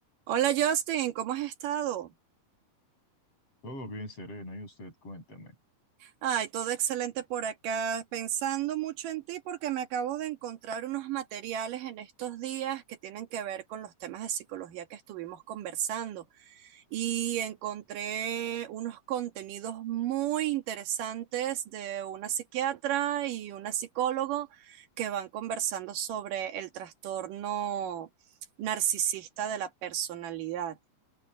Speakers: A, on the right (about 80°); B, on the left (about 45°).
A: Hola Justin, ¿cómo has estado?
B: Todo bien, Serena, y usted cuénteme.
A: Ay, todo excelente por acá, pensando mucho en ti porque me acabo de encontrar unos materiales en estos días que tienen que ver con los temas de psicología que estuvimos conversando y encontré unos contenidos muy interesantes de una psiquiatra y una psicólogo que van conversando sobre el trastorno narcisista de la personalidad.